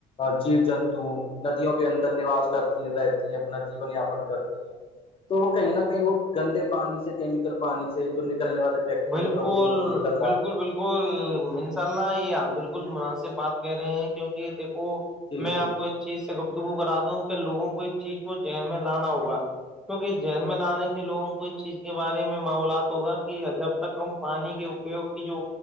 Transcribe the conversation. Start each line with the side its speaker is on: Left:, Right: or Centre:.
Left: جیو جنتو ندیوں کے اندر نواس کرتی ہیں رہتی ہیں اپنا جیون یاپن کرتی ہیں تو وہ کہیں نہ کہیں وہ گندے پانی سے کیمیکل پانی سے جو نکلنے والے فیکٹری
Centre: بالکل
Left: اور کمپنیوں سے نکل رہا
Centre: بالکل بالکل ء اللہ یہ آپ بالکل مناسب بات کہہ رہے ہیں کیونکہ دیکو
Left: ہے جی جی
Centre: میں آپ کو چیز سے گفتگو کرا دوں کہ لوگوں کو اس چیز کو ذین میں لانا ہوگا کیوںکہ ذہن میں لانے سے لوگوں کو اس چیز کے بارے میں معامولات ہوگا کہ جب تک ہم پانی کے اپیوگ کی جو